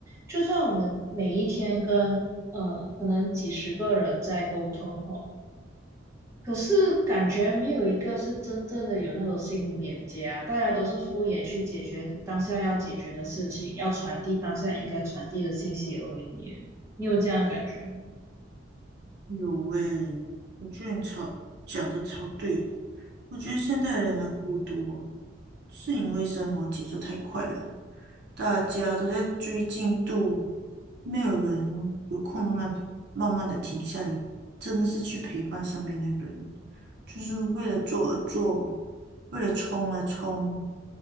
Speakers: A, on the right; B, on the right.
A: 就算我们每一天跟呃可能几十个人在沟通吼，可是感觉没有一个是真正的有那种心灵连接啊，大家都是敷衍去解决当下要解决的事情，要传递当下应该传递的信息而已耶。你有这样的感觉吗？
B: 有诶，我觉得你超讲的超对哦，我觉得现代人的孤独哦。是因为生活节奏太快了，大家都在追进度，没有人有空慢慢慢慢的停下来，真的是去陪伴身边的人，就是为了做而做，为了冲而冲，